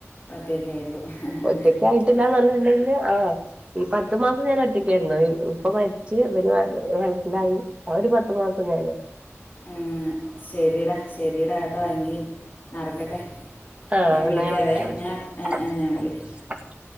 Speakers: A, on the left; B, on the right.
A: ഒറ്റയ്ക്കായിപ്പോവും.
B: ഒറ്റക്ക് ആായിട്ടില്ല <unintelligible> ആ് ഈ പത്ത് മാസം ഞാൻ ഒറ്റക്കായിരുന്നു ഉപ്പ മരിച്ച് പിന്നെ <unintelligible> വയട്ടിലായി ആ ഒരു പത്തു മാസം കണ
A: ആ ശരിടാ ശെരിടാ കേട്ടോ എങ്കി നടക്കട്ടെ
B: ആ
A: ഞാൻ
B: എന്ന
A: വിളിക്കാവേ
B: ഞൻ വിളിക്കാം വിളിക്കാം
A: ഞാൻ
B: <unintelligible>
A: ഞാൻ വിളിക്കാം